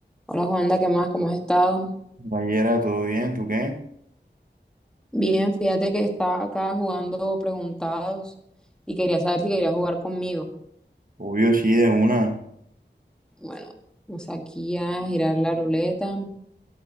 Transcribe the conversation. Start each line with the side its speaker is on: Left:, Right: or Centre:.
Centre: Hola Juanda, ¿qué más? ¿Cómo has estado?
Right: Vallera, ¿todo bien? ¿Tú qué?
Centre: Bien, fíjate que estaba acá jugando preguntados y quería saber si quería jugar conmigo.
Right: Obvio, sí, de una.
Centre: Bueno, vamos aquí a girar la ruleta